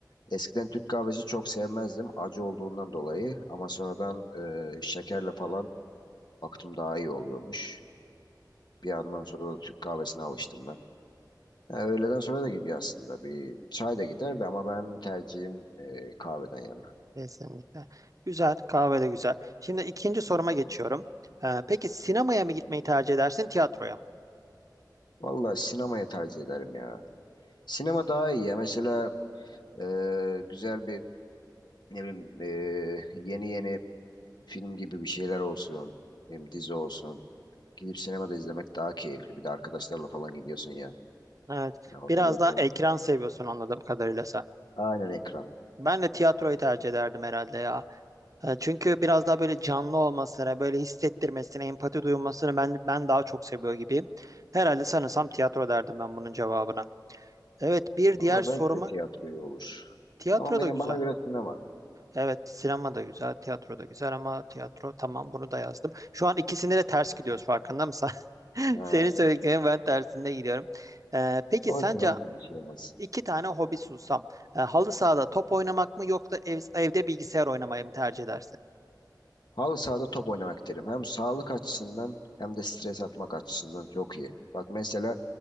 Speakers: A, on the left; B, on the right.
A: Eskiden Türk kahvesi çok sevmezdim acı olduğundan dolayı ama sonradan e, şekerle falan baktım daha iyi oluyormuş. Bir yandan sonra da Türk kahvesine alıştım ben. Ha, öğleden sonra da gidiyor aslında bir çay da giderdi ama ben tercihim e, kahveden yana.
B: Kesinlikle. Güzel, kahve de güzel. Şimdi ikinci soruma geçiyorum. Ee, peki sinemaya mı gitmeyi tercih edersin, tiyatroya mı?
A: Valla sinemaya tercih ederim ya. Sinema daha iyi ya mesela e, güzel bir ne bileyim e, yeni yeni film gibi bir şeyler olsun, ne bileyim dizi olsun. Gidip sinemada izlemek daha keyifli. Bir de arkadaşlarla falan gidiyorsun ya.
B: Evet,
A: Ya oturuyorsun
B: biraz daha ekran seviyorsun anladığım kadarıyla sen.
A: Aynen ekran.
B: Ben de tiyatroyu tercih ederdim herhalde ya. E, Çünkü biraz daha böyle canlı olmasına, böyle hissettirmesine, empati duyulmasını ben ben daha çok seviyor gibiyim. Herhalde sanırsam tiyatro derdim ben bunun cevabına. Evet, bir
A: Valla
B: diğer soruma
A: belki de tiyatroya olur.
B: tiyatro
A: Ama benim
B: da güzel.
A: bana göre sinema.
B: Evet, sinema da güzel, tiyatro da güzel ama tiyatro tamam bunu da yazdım. Şu an ikisinde de ters gidiyoruz farkında mısın? <laughs>
A: He.
B: Senin söylediklerin ben tersinde gidiyorum. E, peki
A: Olsun
B: sence
A: olsun bir şey olmaz.
B: İki tane hobi sunsam, e, halı sahada top oynamak mı yoksa ev- evde bilgisayar oynamayı mı tercih edersin?
A: Halı sahada top oynamak derim. Hem sağlık açısından hem de stres atmak açısından çok iyi. Bak mesela